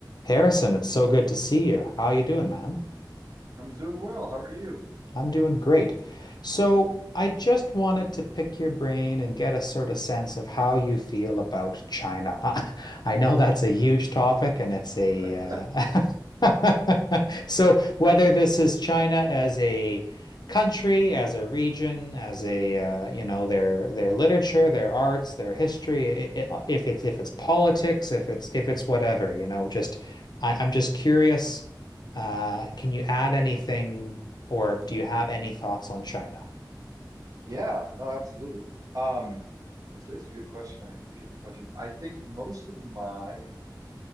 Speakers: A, on the left (about 60°); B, on the right (about 50°).
A: Harrison, it's so good to see you. How you doing, man?
B: I'm doing well. How are you?
A: I'm doing great. So I just wanted to pick your brain and get a sort of sense of how you feel about China. I, I know that's a huge topic and it's a
B: <laughs>
A: uh, <laughs> so whether this is China as a country, as a region, as a uh, you know their their literature, their arts, their history, i i uh, if it's if it's politics, if it's if it's whatever, you know, just I, I'm just curious. Uh, can you add anything? Or do you have any thoughts on China?
B: Yeah, no, absolutely. Um, it's it's a good question. I appreciate the question. I think most of my